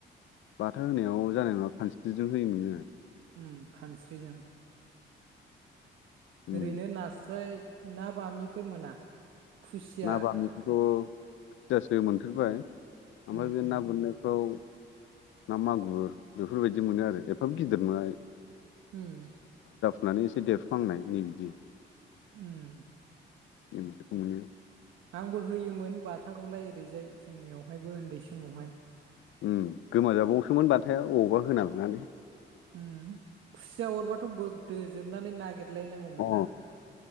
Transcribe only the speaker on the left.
बाथा होनायाव जानाय नङा खानस्रिजों होयोमोन जोङो।
उम
ना बामिखौथ' फुजासो मोनफेरबाय ओमफाय
बे
ना बोन्नायफ्राव ना मागुर बेफोरबायदि मोनो आरो एफाब गिदिर मोना।
मानो एसे देरफुहांनाय नै बिदि।
नै बिदिखौ मोनो।
उम गोमाजाबावोसोमोन बाथाया अबावबा होना लानानै।
अ